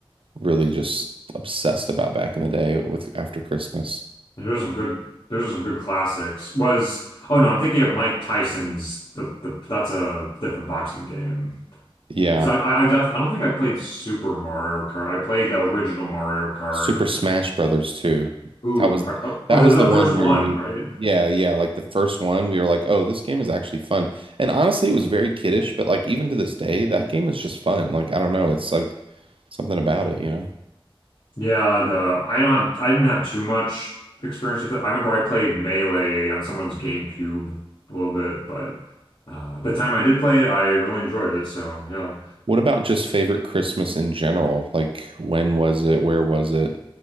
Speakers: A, on the right (about 65°); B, on the left (about 55°).
A: really just obsessed about back in the day with after Christmas.
B: And there's some good those are some good classics. Was oh no, I'm thinking of Mike Tyson's the, the that's a different boxing game.
A: Yeah.
B: Because I, I I just I don't think I played Super Mario Kart. I played the original Mario Kart.
A: Super Smash Brothers too.
B: Ooh,
A: That was
B: right. Oh,
A: that
B: oh, this
A: was
B: is the
A: the one
B: first
A: where
B: one,
A: you
B: right?
A: yeah, yeah, like the first one we were like, "Oh, this game is actually fun." And honestly, it was very kiddish, but like even to this day, that game is just fun. Like I don't know, it's like something about it, you know.
B: Yeah, the I don't have I didn't have too much experience with it. I remember I played Melee on someone's GameCube a little bit, but uh, the time I did play it, I really enjoyed it. So yeah.
A: What about just favorite Christmas in general? Like when was it? Where was it?